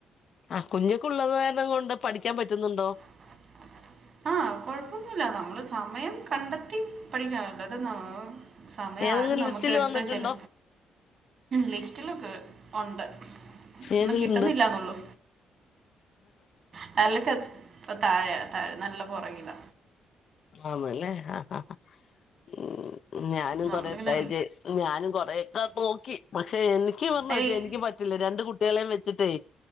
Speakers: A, on the left (about 55°); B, on the right (about 50°).
A: ആ കുഞ്ഞിക്കുള്ളത് കാരണം കൊണ്ട് പഠിക്കാൻ പറ്റുന്നുണ്ടോ?
B: <inaudible> ആ കൊഴപ്പൊന്നുല്ല നമ്മള് സമയം കണ്ടെത്തി പഠിക്കാണല്ലോ അതെന്നാ സമയം
A: ഏതെങ്കിലും
B: ആരും നമ്മുക്ക്
A: ലിസ്റ്റിൽ
B: എടുത്ത്
A: വന്നിട്ടുണ്ടോ
B: ചെല ലിസ്റ്റിലൊക്കെ ഒണ്ട് ഒന്നും
A: ഏതിലുണ്ട്
B: കിട്ടുന്നില്ലാന്നൊള്ളു <unintelligible> താഴെയ താഴെ നല്ല പുറകില
A: ആന്ന് ല്ലേ ആ ഹാ ഹാ ഉം ഞാനും
B: നമ്മളിങ്ങനെ
A: കൊറെ ട്രൈ ചെയ് ഞാനും കൊറെയൊക്കെ നോക്കി പക്ഷെ എനിക്ക് പറഞ്ഞു
B: അതിന്
A: വച്ചേ എനിക്ക് പറ്റില്ല രണ്ട് കുട്ടികളെയും വെച്ചിട്ടേ-